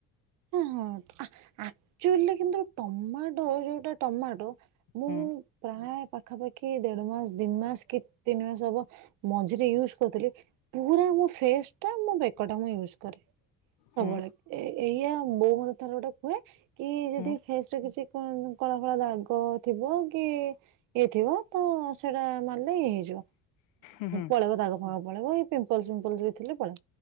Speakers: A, on the right; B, on the left.
A: ହଁ ହଁ ଆ ଆକ୍ଚୁଅଲି କିନ୍ତୁ ଟମାଟୋ ଯୋଉଟା ଟମାଟୋ। ମୁଁ।
B: ହୁଁ
A: ପ୍ରାୟେ ପାଖାପାଖି ଦେଢମାସ ଦିମାସ କି ତିନିମାସ ହବ ମଝିରେ ୟୁଜ କରୁଥିଲି। ପୁରା ମୋ ଫେସ୍ଟା ମୋ ବେକଟା ମୁଁ ୟୁଜ୍ କରେ। ସବୁବେଳେ
B: ହୁଁ
A: ଏ ଏଇଆ ବୋଉ ମତେ ଥରେ ଗୋଟେ କୁହେ କି ଯଦି।
B: ହୁଁ
A: ଫେସରେ କିଛି କଣ କଳା କଳା ଦାଗ ଥିବ କି। ଇଏଥିବ ତ ସେଟା ମାରିଲେ ଇଏ ହେଇ ଯିବ
B: ହୁଁ ହୁଁ
A: ପଳେଇବ ଦାଗଫାଗ ପଳେଇବ ଏଇ ପିମ୍ପଲ ଫିମ୍ପଲ ଯେ ଥିଲେ ପଳାଏ